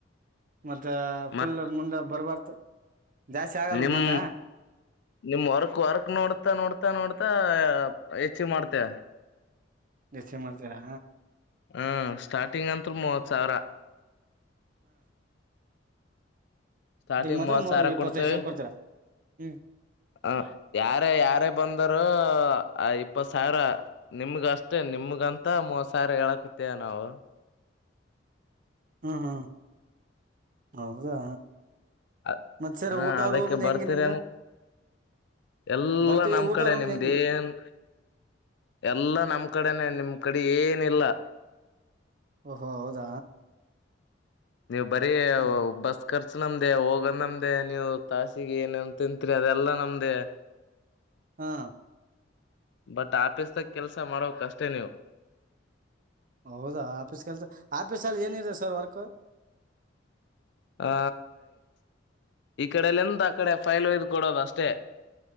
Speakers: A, on the right; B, on the left.
A: ಮತ್ತೆ ಫುಲ್
B: ಮತ್
A: ಮುಂದೆ ಬರ್ಬಾರ್ದು ಜಾಸ್ತಿ ಆಗಲ್ವ
B: ನಿಮ್
A: ಮತ್ತ
B: ನಿಮ್ ವರ್ಕ್ ವರ್ಕ್ ನೋಡ್ತಾ ನೋಡ್ತಾ ನೋಡ್ತಾ ಹೆಚ್ಚ ಮಾಡ್ತೇ
A: ಸ ಮಾಡ್ತೀರಾ
B: ಹ್ಮ್ ಸ್ಟಾರ್ಟಿಂಗ್ ಅಂತರು ಮೂವತ್ ಸಾವಿರ ಸ್ಟಾರ್ಟಿಂಗ್
A: ಮಾತ್ರ
B: ಮತ್
A: ಮೂ
B: ಸಾರಾ
A: ಇಪ್ಪತ್ತೈದು
B: ಕೊಡ್ತವೆ
A: ಸಾವಿರ ಕೊಡ್ತೀರಾ ಹ್ಮ್
B: ಹ ಯಾರೇ ಯಾರೇ ಬಂದರು ಆ ಇಪ್ಪತ್ ಸಾವಿರ ನಿಮ್ಗ ಅಷ್ಟೇ ನಿಮಗಂತ ಮೂವತ್ ಸಾವಿರ ಹೇಳಕತೇ ನಾವು
A: ಹ್ಮ್ ಹ್ಮ್ ಹೌದಾ
B: ಅ
A: ಮತ್ ಸರ್
B: ಹಾ
A: ಊಟ
B: ಅದಕ್ಕೆ
A: ರೂಮ್ದ
B: ಬರ್ತೀರ
A: ಹೆಂಗೆ ನಿಮ್ದು
B: ಎಲ್ಲಾ
A: ಬರ್ತೀವಿ
B: ನಮ್
A: ಊಟ
B: ಕಡೆ
A: ರೂಮ್ದ
B: ನಿಮ್ದೇನ್
A: ಹೆಂಗಿದೆ
B: ಎಲ್ಲಾ ನಮ್ ಕಡೆನೆ ನಿಮ ಕಡೆ ಏನಿಲ್ಲ
A: ಓಹೋ ಹೌದಾ
B: ನೀವು ಬರೀ
A: ಹ್ಮ್ ಹ್ಮ್
B: ಬಸ್ ಕರ್ ನಮ್ದೇ ಹೋಗ ನಮ್ದೇ ನೀವು ತಾಸಿಗೆ ಏನನ್ ತಿತ್ರಿ ಅದೆಲ್ಲಾ ನಮ್ದೇ
A: ಹಾ
B: ಬಟ್ ಆಫೀಸ್ಗ ಕೆಲ್ಸ ಮಾಡೋಕ್ಷ್ಟೇ ನೀವು
A: ಹೌದಾ ಆಫೀಸ್ ಕೆಲ್ಸ ಆಫೀಸ್ ಅಲ್ಲಿ ಏನಿದೆ ಸರ್ ವರ್ಕ್
B: ಆ ಈ ಕಡೆಲೆಂದ ಆ ಕಡೆ ಫೈಲ್ ಒಯ್ದು ಕೊಡೋದ ಅಷ್ಟೇ